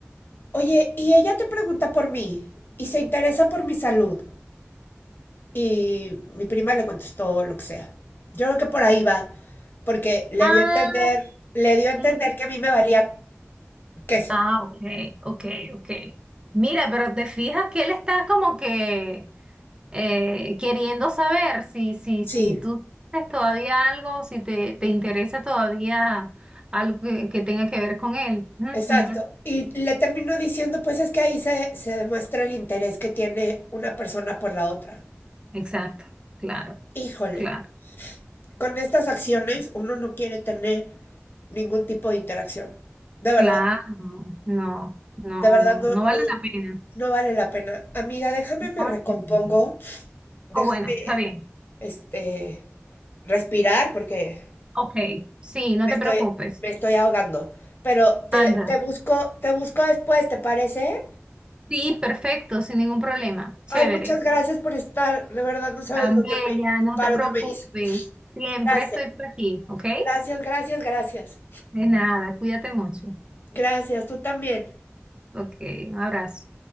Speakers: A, on the left (about 50°); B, on the right (about 20°).
A: oye, y ella te pregunta por mí y se interesa por mi salud. Y mi prima le contestó lo que sea. Yo creo que por ahí va, porque le
B: Ah,
A: dio a entender, le dio a entender
B: Mm.
A: que a mí me valía queso.
B: ah, ok, ok, ok. Mira, pero te fijas que él está como que eh, queriendo saber si, si, si
A: Sí,
B: tú tienes todavía algo, si te, te interesa todavía algo que, que tenga que ver con él. Ujú,
A: Exacto. Y le terminó diciendo, pues es que ahí se, se demuestra el interés que tiene una persona por la otra.
B: Exacto, claro,
A: Híjole,
B: claro,
A: con estas acciones uno no quiere tener ningún tipo de interacción. De
B: claro.
A: verdad,
B: No, no,
A: de verdad
B: no,
A: no,
B: no vale
A: no,
B: la pena.
A: no vale la pena. Amiga, déjame
B: No
A: me
B: vale
A: recompongo,
B: la pena.
A: déjame,
B: O bueno, está bien.
A: este, respirar porque
B: Ok, sí, no
A: me
B: te
A: estoy,
B: preocupes.
A: me estoy ahogando. Pero te,
B: Anda.
A: te busco, te busco después, ¿te parece?
B: Sí, perfecto, sin ningún problema. Chévere.
A: Ay, muchas gracias por estar. De verdad, no sabes
B: Tan
A: lo
B: bella,
A: que me, el
B: no
A: paro
B: te preocupes.
A: que me hizo.
B: Siempre
A: Gracias,
B: estoy por aquí, ¿ok?
A: gracias, gracias, gracias.
B: De nada, cuídate mucho.
A: Gracias, tú también.
B: Ok, un abrazo.